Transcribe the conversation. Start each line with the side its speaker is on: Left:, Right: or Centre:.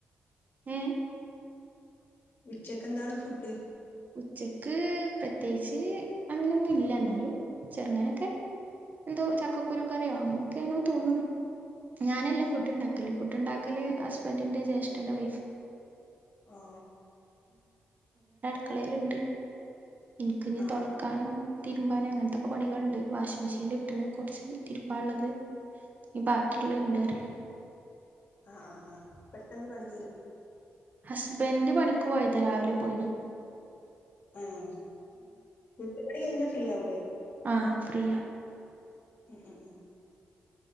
Right: ഉം
Left: ഉച്ചക്ക് എന്താണ് ഫുഡ്
Right: ഉച്ചക്ക് പ്രത്യേകിച്ച് അങ്ങനെൊന്നും ഇല്ല എന്നാലും ചെറുങ്ങാനൊക്കെ എന്തോ ചക്കക്കുരുക്കറിയോ അങ്ങനെയൊക്കെയ ആണ തോന്നണ ഞാനല്ല ഫുഡ് ഉണ്ടാക്കല് ഫുഡ് ഉണ്ടാക്കല് ഹസ്ബൻഡിന്റെ ജ്യേഷ്ഠന്റെ വൈഫ്
Left: ഓ
Right: മക്കളയിലുണ്ട് എനിക്ക് നീ
Left: ആ ആ
Right: തുടക്കാനും തിരുമ്പാന അങ്ങനത്തെൊക്കെ പണികൾുണ്ട് വാഷിംഗ് മെഷീനൽ ഇട്ടണ് കുറച്ച് തിരുമ്പാന ഉുള്ളത് ന ബാക്കിയുള്ള ഇണ്ട്റിയ
Left: ആഹ് ആ് ആഹ പെട്ടെന്ന് പണി തീര
Right: ഹസ്ബൻഡറ് പണിക്ക് പോയതാ രാവിലെ പോയിണ്
Left: ആഹ കട്ടപണ കഴിഞ്ഞാ ഫ്രീ ആവൂലേ
Right: ആഹ ഫ്രീ
Left: ഉം ഉം ഉം